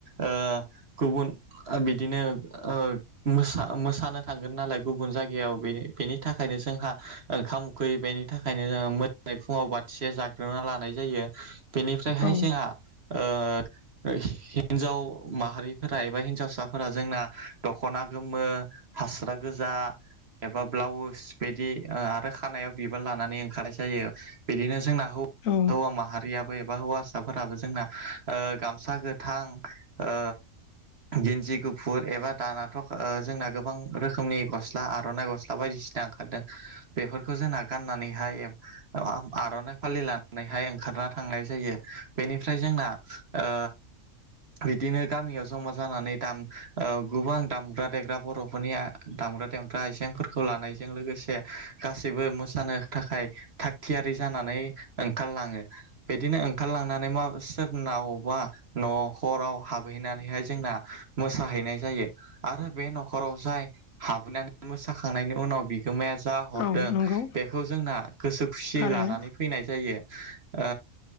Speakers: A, on the right (about 50°); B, on the left (about 80°).
A: ओ गुबुन ओ बिदिनो ओ मोसा मोसानो थांगोन नालाय गुबुन जायगायाव बेनि था खायनो जोंहा ओंखाम उखैयो बेनि थाखायनो जोङो मोजाङै फुङाव बाथिसे जाग्रोना लानाय जायो बेनिफ्रायहाय
B: औ
A: जोंहा ओ हिनजाव माहारिफोरा एबा हिनजावसाफोरा जोंना दख'ना गोमो फास्रा गोजा एबा ब्लाउस बिदि आरो खानायाव बिबार लानानै ओंखारनाय जायो बिदिनो जोंना
B: औ
A: हौवा माहारियाबो बा हौवासाफोराबो जोंना ओ गामसा गोथां ओ गेनजि गुफुर एबा दानाथ' ओ जोंना गोबां रोखोमनि गस्ला आर'नाइ गस्ला बायदि ओंखारदों बेफोरखौ जोंना गाननानैहाय आर'नाइ फालि लानानैहाय ओंखारना थांनाय जायो बेनिफ्राय जोंना ओ बिदिनो गामियाव जमा जानानै दाम ओ गोबां दामग्रा देग्रा बर'फोरनि दामग्रा देग्रा आइजेंफोरखौ लानाय जों लोगोसे गासैबो मोसानो थाखाय थाग थिगियारि जानानै ओंखारलाङो बिदिनो ओंखारलांनानै मा सोरनावबा न'खराव हाबहैनानैहाय जोंना मोसाहैनाय जायो आरो बे न'खराव जाय हाबहैनानै मोसाखांनायनि उनाव बिगोमाया जा हरदों
B: औ नंगौ
A: बेखौ जोंना गोसो खुसियै
B: थारैनो
A: लानानै फैनाय जायो ओ